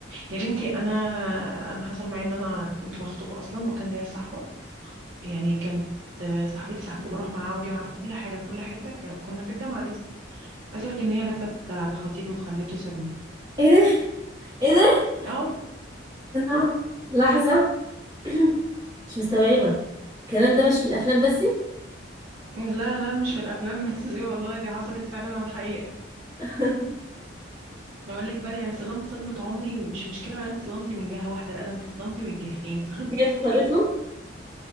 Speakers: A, on the right (about 80°); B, on the right (about 20°).
A: يا بنتي أنا أنا حصل معايا إن أنا كنت مخطوبة أصلا وكان ليا صاحبة يعني كانت آه، صاحبتي صاحبتي بروح معاها واجي معاها في كل حاجة في كل حتة ك- كنا في الجامعة لسه عايز أقولك إن هي لفت على خطيبي وخلته سابني
B: <laughs> ايه ايه ده
A: اه
B: أنا- لحظة <clears throat> مش مستوعبة الكلام ده مش في الافلام بس
A: لا لا مش في الأفلام بس <laughs> دي والله دي حصلت فعلا على الحقيقة
B: <laughs>
A: أقول لك بقى يعني صدمت صدمة عمري مش مشكلة بقى أنت صدمتي من جهة واحدة لا ده أنت صدمتي من جهتين <laughs> فهمتي
B: هي اتخطبت له